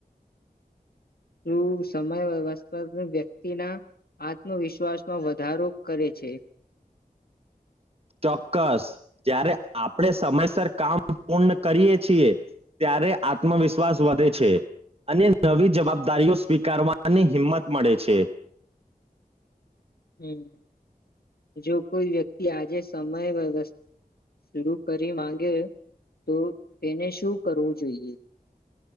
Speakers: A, on the left (about 85°); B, on the right (about 40°).
A: શ સમય વ્યવસ્થા વ્યક્તિના આત્મવિશ્વાસમાં વધારો કરે છે
B: ચોક્કસ જ્યારે આપણે સમયસર કામ પૂર્ણ કરીએ છીએ ત્યારે આત્મવિશ્વાસ વધે છે અને નવી જવાબદારીઓ સ્વીકારવાની હિંમત મળે છે
A: હમ જોુ કોઈ વ્યક્તિ આજે સમય વ્યવસ્થા શરૂ કરી માંગે તો તેને શું કરવું જોઈએ